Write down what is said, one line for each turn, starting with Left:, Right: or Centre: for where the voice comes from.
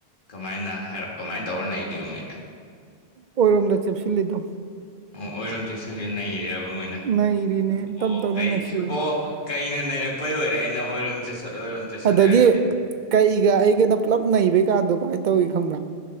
Left: ꯀꯨꯃꯥꯏꯅ ꯍꯥꯏꯔ ꯀꯃꯥꯏ ꯇꯧꯔꯅꯩꯗꯦꯣ ꯃꯣꯏꯗꯤ
Right: ꯑꯣꯏꯔꯣꯝꯗ ꯆꯤꯞꯁꯤꯜꯂꯤꯗ
Left: ꯑꯣ ꯑꯣꯏꯔꯣꯝ ꯆꯦꯠꯁꯤꯜꯂ ꯅꯩꯔꯦꯔꯕ ꯃꯣꯏꯅ
Right: ꯅꯩꯔꯤꯅꯦ ꯇꯞ
Left: ꯑꯣ
Right: ꯇꯞꯅ
Left: ꯀꯩ
Right: ꯅꯩꯁꯤꯜꯂꯛꯑꯦ
Left: ꯑꯣ ꯀꯩꯅ ꯅꯩꯔꯛꯄꯩ ꯀ ꯑꯣꯏꯔꯦ ꯑꯩꯅ ꯑꯣꯏꯔꯣꯝ ꯆꯠꯁꯠꯂ ꯑꯣꯏꯔꯣꯝ ꯆꯠꯁꯤꯠꯂꯦ
Right: ꯑꯗꯒꯤ
Left: ꯑꯗꯨꯗꯤ
Right: ꯀꯩꯒ ꯑꯩꯒꯅ ꯄꯨꯂꯞ ꯅꯩꯕꯩ ꯀꯥꯟꯗꯣ ꯀꯃꯥꯏꯅ ꯇꯧꯏ ꯈꯪꯕ꯭ꯔꯥ